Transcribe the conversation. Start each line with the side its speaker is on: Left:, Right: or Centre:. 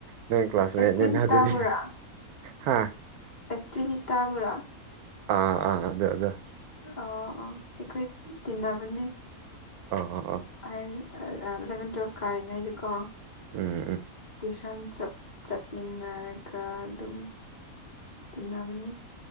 Right: ꯅꯣꯏ ꯀ꯭ꯂꯥꯁꯃꯦꯠꯅꯤꯅ
Left: ꯑꯦꯁꯇ꯭ꯔꯤꯂꯤꯇꯥꯕꯨꯔꯥ
Right: ꯑꯗꯨꯗꯤ ꯍꯥꯥ
Left: ꯑꯁꯇ꯭ꯔꯤꯂꯤꯇꯥ ꯕꯨꯔꯥ
Right: ꯑꯥ ꯑꯥ ꯑꯗꯦ ꯑꯗꯦ <unintelligible> <inaudible>
Left: ꯑꯥ ꯑꯉꯥꯪ ꯑꯩꯈꯣꯏ ꯇꯤꯟꯅꯕꯅꯤ
Right: ꯑꯣ ꯑꯣ ꯑꯣ <unintelligible> <inaudible>
Left: ꯑ ꯏꯂꯕꯦꯟ ꯇꯨꯋꯦꯜ ꯀꯔꯤꯉꯥꯏꯗꯤꯀꯣ
Right: ꯎꯝ ꯎꯝ <unintelligible> <inaudible>
Left: ꯇꯨꯏꯁꯟ ꯆꯞ ꯆꯠꯃꯤꯟꯅꯔꯒ ꯑꯗꯨꯝ ꯇꯤꯟꯅꯕꯅꯦ